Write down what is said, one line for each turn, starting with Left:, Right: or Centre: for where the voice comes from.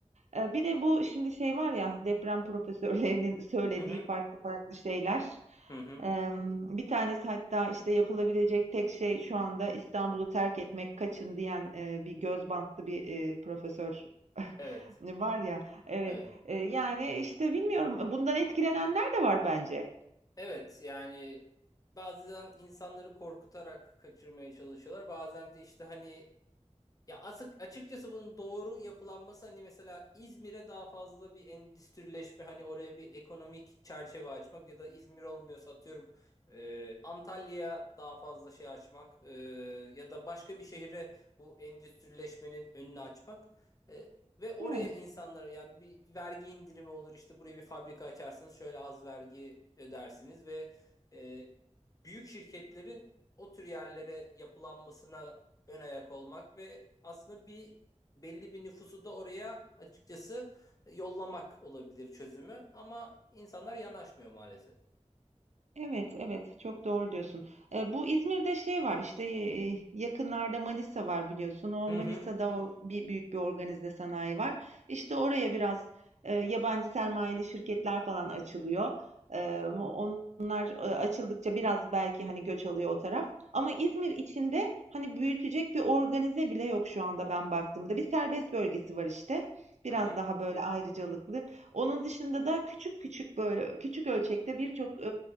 Right: Ee, Bir de bu şimdi şey var ya deprem profesörlerinin <laughs> söylediği
Left: Hı hı.
Right: farklı farklı şeyler.
Left: Hı hı.
Right: Ee, Bir tanesi hatta işte yapılabilecek tek şey şu anda İstanbul'u terk etmek kaçın diyen e, bir göz bantlı bir e, profesör
Left: Evet.
Right: <laughs> var ya. Evet.
Left: Evet.
Right: E, Yani işte bilmiyorum bundan etkilenenler de var bence.
Left: Evet yani bazen insanları korkutarak kaçırmaya çalışıyorlar. Bazen de işte hani Ya asık açıkçası bunun doğru yapılanması hani mesela İzmir'e daha fazla bir endüstrileşme hani oraya bir ekonomik çerçeve açmak ya da İzmir olmuyorsa atıyorum e, Antalya'ya daha fazla şey açmak e, ya da başka bir şehre bu endüstrileşmenin önünü açmak E, ve oraya
Right: Evet.
Left: insanlara yani bir vergi indirimi olur işte buraya bir fabrika açarsınız şöyle az vergi ödersiniz ve e, büyük şirketlerin o tür yerlere yapılanmasına ön ayak olmak ve aslında bir belli bir nüfusu da oraya açıkçası yollamak olabilir çözümü ama insanlar yanaşmıyor maalesef.
Right: Evet, evet. Çok doğru diyorsun. Eee, bu İzmir'de şey var işte eee, yakınlarda Manisa var biliyorsun. O
Left: Hı
Right: Manisa'da
Left: hı,
Right: o bir büyük bir organize sanayi var. İşte oraya biraz eee, yabancı sermayeli şirketler falan açılıyor. Eee, onlar eee, açıldıkça biraz belki hani göç alıyor o taraf. Ama İzmir içinde hani büyütecek bir organize bile yok şu anda ben baktığımda. Bir serbest bölgesi var işte. Biraz
Left: hı hı.
Right: daha böyle ayrıcalıklı. Onun dışında da küçük küçük böyle küçük ölçekte birçok e,